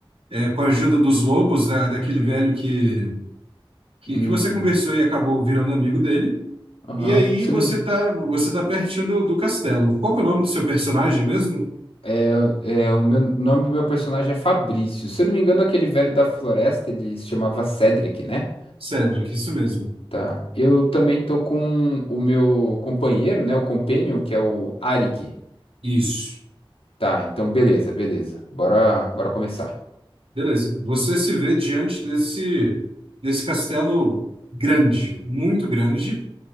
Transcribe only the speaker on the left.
Hum,
aham,
você
não...
É, é, o meu, o nome do meu personagem é Fabrício. Se eu não me engano, aquele velho da floresta, ele se chamava Cedric, né?
Tá. Eu também tô com o meu companheiro, né? O Companion, que é o Arik.
Tá, então beleza, beleza. Bora, bora começar.